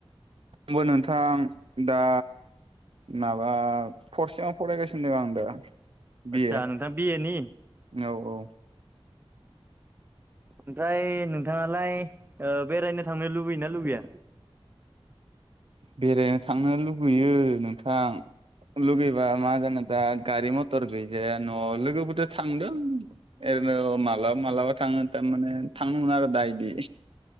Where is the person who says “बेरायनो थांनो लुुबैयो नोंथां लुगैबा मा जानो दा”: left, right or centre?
Right